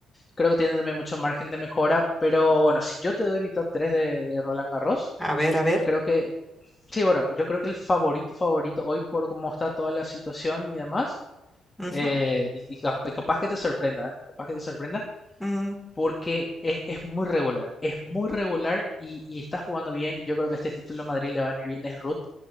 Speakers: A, on the left; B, in the centre.
A: creo que tiene también mucho margen de mejora, pero bueno, si yo te doy mi top 3 de, de Roland Garros,
B: A ver, a ver.
A: creo que, Sí, bueno, yo creo que el favorito, favorito hoy por cómo está toda la situación y demás,
B: ujú,
A: eh, y, y cap- y capaz que te sorprenda, ¿eh? Capaz que te sorprenda,
B: mm,
A: porque es, es muy regular, es muy regular y, y está jugando bien, y yo creo que este título a Madrid le va a venir bien, es Ruth,